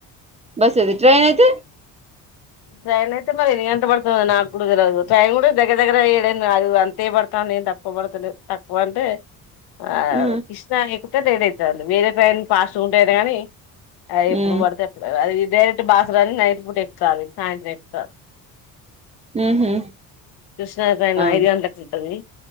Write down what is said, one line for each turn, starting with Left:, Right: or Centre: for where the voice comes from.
Right: బస్ అయితే ట్రైన్ అయితే
Left: ట్రైన్ అయితే మరి ఎన్ని గంటలు పడుతదొ నాకు కూడ తెలవదు. ట్రైన్ కూడా దగ్గర దగ్గర ఎడెనిమిది అంతే పడుతాంది ఏం తక్కువ పడుతలేదు. తక్కువ అంటే ఆ
Right: ఉ
Left: కృష్ణ ఎ ఒకటే ట్రైన్ అయితాంది వేరే టైన్ పాస్ట్గ ఉంటాయి అట కాని అ ఎప్పుడు
Right: ఉ
Left: పడితే అప్పుడు అది డైరెక్ట్ బాసర అని నైట్ పూట ఎ సరే సాయంత్రం ఎక్కుత
Right: ఉహు
Left: కృష్ణ ట్రైన్
Right: ఉ ఉ
Left: ఐదు గంటలకు ఉంటది